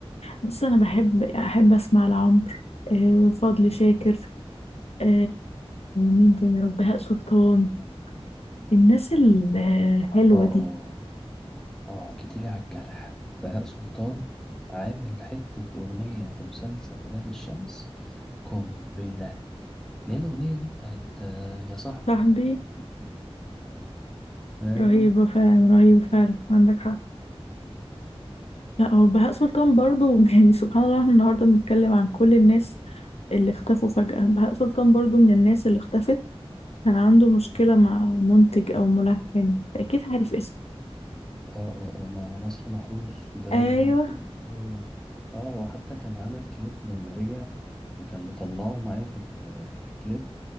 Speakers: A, on the left (about 80°); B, in the centre.
A: بس أنا بحب أحب أسمع لعمرو آه، فضل شاكر آه، مين تاني يا رب بهاء سلطان الناس الحلوة
B: اه
A: دي
B: اه جيتيلي على الجرح بهاء سلطان عامل حتة أغنية في مسلسل ولاد الشمس قنبلة اللي هي الأغنية دي بتاعت آه، يا صاحبي
A: صاحبي
B: أيوة
A: رهيبة فعلا رهيبة فعلا عندك حق لا هو بهاء سلطان برضو <laughs> يعني سبحان الله احنا النهاردة بنتكلم عن كل الناس اللي اختفوا فجأة بهاء سلطان برضو من الناس اللي اختفت كان عنده مشكلة مع منتج أو ملحن أكيد عارف اسمه
B: اه اه اه مع نصر محروس ده
A: أيوه
B: المنتج اللي هو اه هو حتى كان عمل كليب لما رجع وكان مطلعه معاه في ال- في الكليب